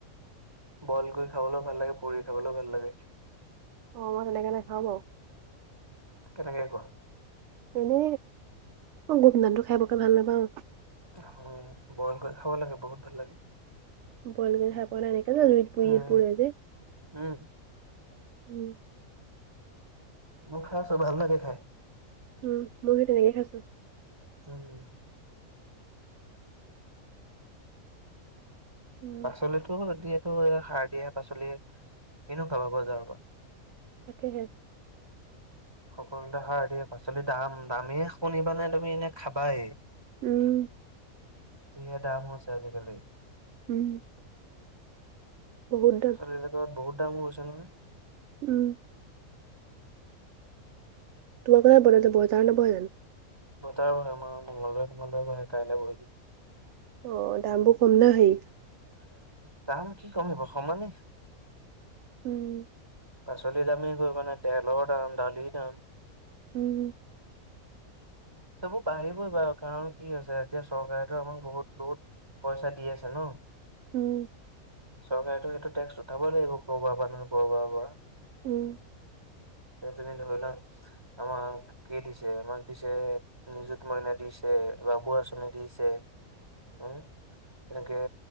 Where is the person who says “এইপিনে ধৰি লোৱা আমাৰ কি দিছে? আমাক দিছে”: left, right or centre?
Right